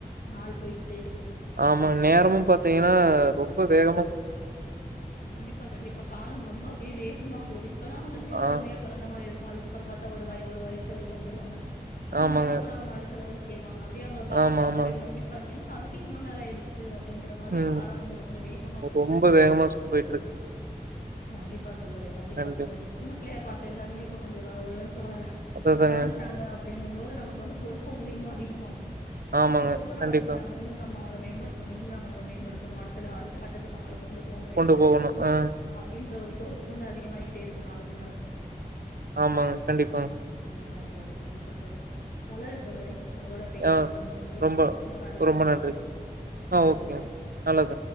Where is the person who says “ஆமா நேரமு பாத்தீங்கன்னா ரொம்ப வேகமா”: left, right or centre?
Right